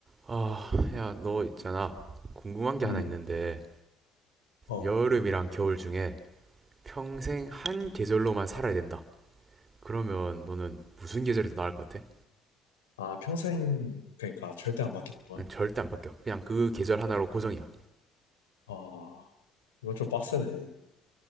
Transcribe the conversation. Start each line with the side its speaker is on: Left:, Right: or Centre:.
Right: 아, 야, 너 있잖아. 궁금한 게
Left: 음,
Right: 하나 있는데,
Left: 어,
Right: 여름이랑 겨울 중에 평생 한 계절로만 살아야 된다. 그러면 너는 무슨 계절이 더 나을 것 같아?
Left: 아, 평생, 그러니까 절대 안 바뀌는 거야?
Right: 응, 절대 안 바뀌어. 그냥 그 계절 하나로 고정이야.
Left: 아, 이건 좀 빡세네.